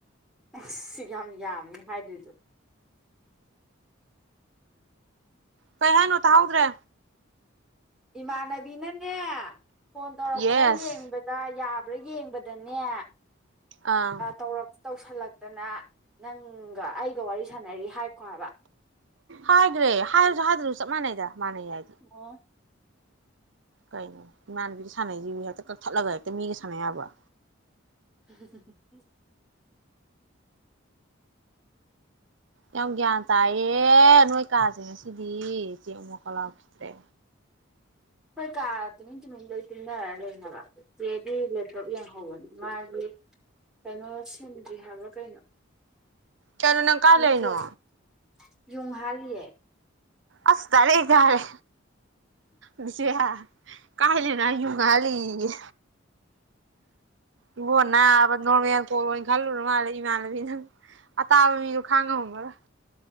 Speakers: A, in the centre; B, on the right.
A: ꯑꯁ ꯌꯥꯝ ꯌꯥꯝꯃꯤ ꯍꯥꯏꯗꯣꯏꯗꯨ <inaudible>
B: ꯀꯩ ꯍꯥꯏꯅꯣ ꯇꯥꯍꯧꯗ꯭ꯔꯦ
A: ꯏꯃꯥꯅꯕꯤꯅ ꯅꯦ ꯐꯣꯟ ꯇꯧꯔꯛꯄ꯭ꯔꯥ
B: ꯌꯦꯁ
A: ꯌꯦꯡꯕꯗ ꯌꯥꯕ꯭ꯔꯥ ꯌꯦꯡꯕꯗꯅꯦ
B: ꯑꯥ
A: ꯇꯧꯔꯛ ꯇꯧꯁꯜꯂꯛꯇꯅ ꯅꯪꯒ ꯑꯩꯒ ꯋꯥꯔꯤ ꯁꯥꯟꯅꯔꯤ ꯍꯥꯏꯒꯣ ꯍꯥꯏꯕ
B: ꯍꯥꯏꯈꯒꯔꯦ ꯍꯥꯏꯔꯁꯨ ꯍꯥꯏꯗ꯭ꯔꯁꯨ ꯆꯞ ꯃꯥꯟꯅꯩꯗ ꯃꯥꯅ ꯌꯥꯏ
A: ꯑꯣ
B: ꯀꯩꯅꯣ ꯏꯃꯥꯟꯅꯕꯤ ꯁꯥꯟꯅꯩꯁꯤ ꯍꯦꯛꯇ ꯀꯛꯊꯠꯂꯒ ꯍꯦꯛꯇ ꯃꯤꯒ ꯁꯥꯟꯅ ꯌꯥꯕ꯭ꯔꯣ
A: <inaudible>
B: ꯌꯥꯝ ꯒꯌ꯭ꯥꯟ ꯇꯥꯏꯌꯦ ꯅꯣꯏ ꯀꯥꯁꯦ ꯉꯁꯤꯗꯤ ꯆꯦꯝ ꯃꯨꯛꯀ ꯂꯥꯎꯈꯤꯗ꯭ꯔꯦ
A: ꯍꯣꯏ ꯀꯥ ꯇꯨꯃꯤꯟ ꯇꯨꯃꯤꯟ ꯂꯣꯏ ꯇꯨꯝꯅꯔ ꯂꯩ ꯍꯥꯏꯕ ꯆꯦꯗꯤ ꯂꯦꯞꯇꯣꯞ ꯌꯦꯡꯍꯧꯕꯅꯤ ꯃꯥꯒꯤ ꯀꯩꯅꯣ ꯁꯤꯟꯗ꯭ꯔꯤ ꯍꯥꯏꯕ꯭ꯔ ꯀꯩꯅꯣ
B: ꯀꯩꯅꯣ ꯅꯪ ꯀꯥꯏ
A: ꯔꯤꯄꯣꯔꯠ
B: ꯂꯩꯅꯣ
A: ꯌꯨꯡ ꯍꯥꯜꯂꯤꯌꯦ
B: ꯑꯁ ꯗꯥꯢꯔꯦꯛ ꯍꯦꯛꯇ ꯍꯥꯏꯔꯦ ꯕꯤꯖꯤꯌꯥ ꯀꯥꯏ ꯂꯩꯅꯣ ꯍꯥꯏꯔ ꯌꯨꯡ ꯍꯜꯂꯤꯌꯦꯌꯦ ꯏꯕꯣ ꯅꯥꯕ ꯅꯣꯔꯃꯦꯜ ꯀꯣꯜ ꯑꯣꯏꯅ ꯈꯜꯂꯨꯔ ꯃꯥꯜꯂꯦ ꯏꯃꯥꯟꯅꯕꯤ ꯅꯪ ꯑꯇꯥ ꯃꯤꯁꯨ ꯈꯥꯡꯉꯝ ꯃꯝ ꯃꯔꯣꯏ